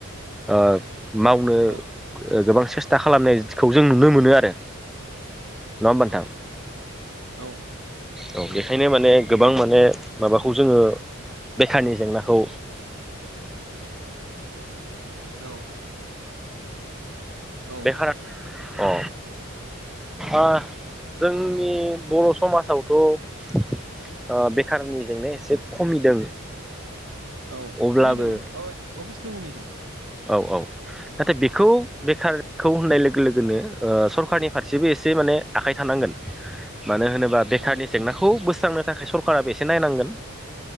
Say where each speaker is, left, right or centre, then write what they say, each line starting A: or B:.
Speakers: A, in the centre; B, on the right.
A: ओ मावनो
B: औ
A: गोबां सेस्था खालामनायखौ जों नुनो मोनो आरो नङा होमबा नोंथां?
B: औ
A: औ बेखायनो माने गोबां
B: नंगौ
A: माने माबाखौ जोङो बेखारनि जेंनाखौ
B: औ। औ
A: बेखार अ' ओ जोंनि बर' समाजाव थ' ओ बेखारनि जेंनाया एसे खमिदों
B: औ
A: अब्लाबो
B: खमायदों औ अभियासलि खमायदों।
A: औ औ। नाथाय बेखौ बेखारखौ होननाय लोगो लोगोनो ओ सरखारनि फारसेबो एसे माने आखाय थानां गोन। मानो होनोबा बेखारनि
B: औ
A: जेंनाखौ बोस्रांनो थाखाय सरखाराबो एसे नायनांगोन।